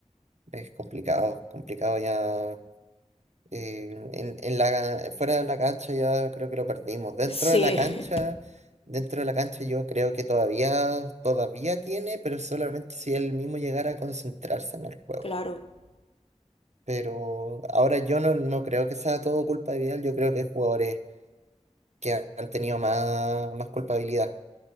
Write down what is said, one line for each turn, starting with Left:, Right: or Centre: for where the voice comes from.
Right: es complicado, complicado ya. eh, en, en la, fuera de la cancha ya creo que lo perdimos. Dentro
Left: sí,
Right: de la cancha, dentro de la cancha yo creo que todavía, todavía tiene, pero solamente si él mismo llegara a concentrarse en el juego.
Left: <laughs> claro.
Right: Pero ahora yo no, no creo que sea todo culpa de Vidal, yo creo que hay jugadores que han tenido más, más culpabilidad.